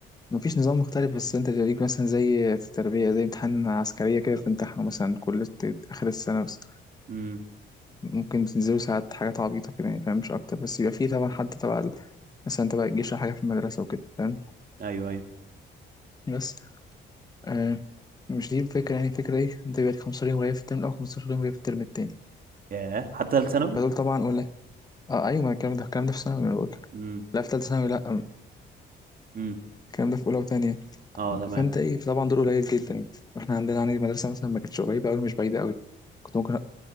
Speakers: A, on the left (about 20°); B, on the right (about 45°).
A: مفيش نظام مختلف بس انت تدريج مثلا زي في التربية زي امتحان عسكرية كده بتمتحنه مثلا كل الت- آخر السنة بس
B: امم
A: ممكن بتنزلوا ساعات حاجات عبيطة كده يعني فاهم مش أكتر بس يبقى فيه طبعا حد تبع ال- مثلا تبع الجيش أو حاجة في المدرسة وكده فاهم
B: ايوه ايوه
A: بس آه مش دي الفكرة يعني الفكرة ايه انت بيبقى لك 15 يوم غياب في الترم الأول 15 يوم غياب في الترم التاني
B: ياه حتى ثالث ثانوي
A: فدول طبعا أقول لك اه أيوة ما الكلام ده الكلام ده في ثانوي أنا بقول لك
B: امم
A: لا في تالتة ثانوي لا
B: امم
A: الكلام ده في أولى وتانية
B: اه تمام
A: فانت ايه طبعا دول قليل جدا يعني احنا عندنا يعني المدرسه مثلا ما كانتش قريبه قوي مش بعيده قوي كنت ممكن